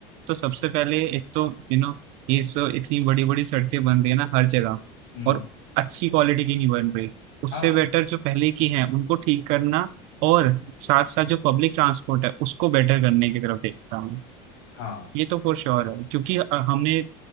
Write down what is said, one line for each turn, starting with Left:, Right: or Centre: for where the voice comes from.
Right: तो सबसे पहले एक तो यू नो ये सो इतनी बड़ी बड़ी सड़कें बन रही है ना हर जगह
Left: हम्म
Right: और अच्छी क्वालिटी की नहीं बन रही उससे
Left: हाँ
Right: बेटर जो पहले की हैं उनको ठीक करना और साथ साथ जो पब्लिक ट्रांसपोर्ट है उसको बेटर करने की तरफ देखता हूँ
Left: हाँ
Right: ये तो फॉर श्योर है क्योंकि अ, हमने